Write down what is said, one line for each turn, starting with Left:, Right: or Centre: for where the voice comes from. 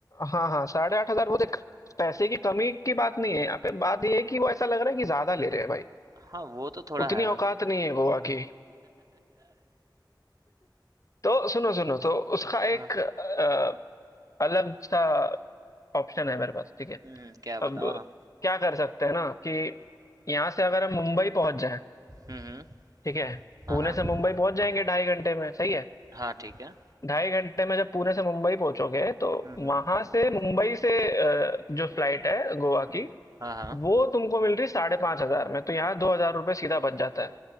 Left: हाँ हाँ साढ़े आठ हजार वो देख पैसे की कमी की बात नहीं है यहाँ पे बात ये है कि वो ऐसा लग रहा है कि ज्यादा ले रहे हैं भाई
Right: हाँ वो तो थोड़ा
Left: उतनी
Right: है
Left: औकात नहीं है गोवा की तो सुनो सुनो तो उसका एक
Right: हाँ
Left: अ, अलग सा ऑप्शन है मेरे पास ठीक है
Right: हम्म क्या बताओ
Left: अब
Right: ना
Left: क्या कर सकते हैं ना कि यहाँ से अगर हम मुंबई पहुँच जाएँ,
Right: हम्म हम्म
Left: ठीक है?
Right: हाँ
Left: पुणे
Right: हाँ
Left: से मुंबई पहुँच जाएँगे ढाई घंटे में, सही है?
Right: हाँ, ठीक है।
Left: ढाई घंटे में जब पुणे से मुंबई पहुँचोगे, तो
Right: हुँ,
Left: वहाँ
Right: हुँ।
Left: से मुंबई से अ, जो फ्लाइट है गोवा की,
Right: हाँ, हाँ।
Left: वो तुमको मिल रही है 5,500 में, तो यहाँ 2,000 रुपए सीधा बच जाता है।